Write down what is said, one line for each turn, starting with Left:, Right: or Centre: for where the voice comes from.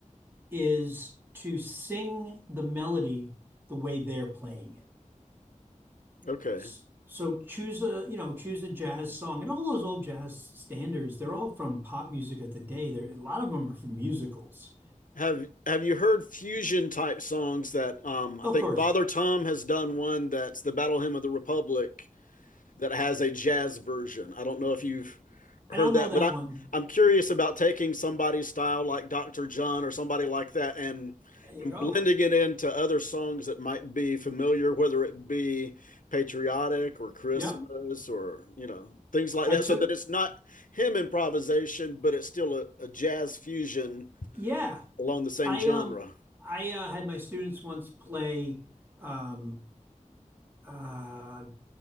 Right: is to sing the melody the way they're playing it.
Left: Okay.
Right: S- So choose a, you know, choose a jazz song. And all those old jazz standards, they're all from pop music of the day. There, a lot of them are from musicals.
Left: Have have you heard fusion type songs that um I
Right: Of
Left: think
Right: course,
Left: Father Tom has done one that's the Battle Hymn of the Republic that has a jazz version. I don't know if you've
Right: I
Left: heard
Right: don't know
Left: that,
Right: that
Left: but I,
Right: one.
Left: I'm curious about taking somebody's style like Dr. John or somebody like that and
Right: There you
Left: blending
Right: go.
Left: it into other songs that might be familiar, whether it be patriotic or Christmas
Right: Yep.
Left: or, you know, things like
Right: I
Left: that,
Right: took,
Left: so that it's not him improvisation, but it's still a, a jazz fusion
Right: yeah.
Left: along the same
Right: I
Left: genre.
Right: um I uh, had my students once play um uh